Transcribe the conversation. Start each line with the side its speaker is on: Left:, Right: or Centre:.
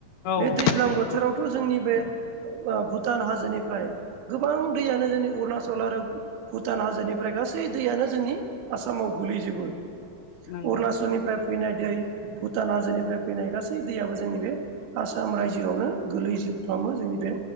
Left: औ
Right: बे दैज्लां
Left: थारैनो
Right: बोथोरावथ'
Left: नंगौ
Right: जोंनि बे भुटान हाजोनिफ्राय गोबां दैयानो जोंनि अरुणचल आरो भुटान हाजोनिफ्राय ओमफ्राय गासै दैयानो जोंनि आसामाव गोलैजोबो
Left: नंगौ
Right: अरुणचलनिफ्राय फैनाय दै भुटान हाजोनिफ्राय फैनाय गासै दैयाबो जोंनि बे आसाम रायजोआवनो गोलै जोबफ्रामो जोंनि बे